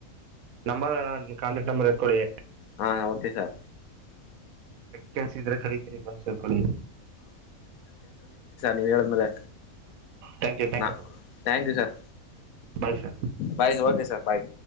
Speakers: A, on the right (about 70°); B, on the left (about 75°).
A: ನಂಬರ್ ನು ಕಂಡ ನಮ್ಮ ರ ಕೊೊೊಳ್ಳ
B: ಹಾ ಓಕೆ ಸರ್
A: ವ್ಯಾಕೆನ್ಸಿ ಇದ್ರೆ ಕರಿಿತೀನಿ ಬಂದಸರ್ಕೊಂಡ
B: ನೀವ ಹೇಳಿದ್ಮೇಲೆ
A: ಥ್ಯಾಂಕ್ ಯು thanks
B: ನ thank you sir
A: bye sir
B: bye okay sir bye